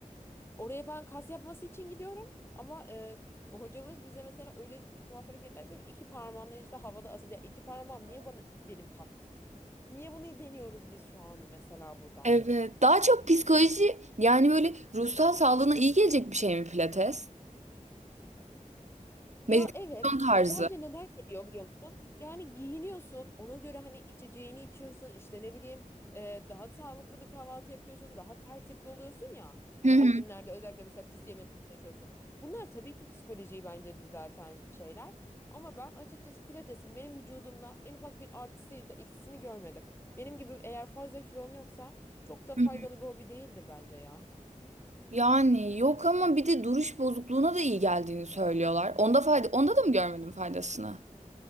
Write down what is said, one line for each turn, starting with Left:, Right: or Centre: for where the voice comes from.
Left: Oraya ben kas yapması için gidiyorum ama e, hocamız bize mesela öyle tuhaf hareketler yapıyor. ki İki parmağınla işte havada asılı. Ya iki parmağım niye bana benim kas? yapsın? Niye bunu deniyoruz biz şu an mesela burada?
Right: Evet. Daha çok psikoloji yani böyle ruhsal sağlığına iyi gelecek bir şey mi pilates?
Left: Ya
Right: Meditasyon
Left: evet.
Right: tarzı.
Left: Bence neden geliyor biliyor musun? Yani giyiniyorsun. Ona göre hani içeceğini içiyorsun. işte ne bileyim e, daha sağlıklı bir kahvaltı yapıyorsun. Daha tertipli oluyorsun ya. Hani
Right: Hı hı.
Left: o günlerde özellikle mesela pis yememeye çalışıyorsun. Bunlar tabii ki psikolojiyi bence düzelten şeyler. Ama ben açıkçası pilatesin benim vücudumla en ufak bir artısı ya da eksisini görmedim. Benim gibi eğer fazla kilon yoksa çok da faydalı
Right: hı hı.
Left: bir hobi değildi bence ya.
Right: Yani yok ama bir de duruş bozukluğuna da iyi geldiğini söylüyorlar. Onda fayda onda da mı görmedim faydasını?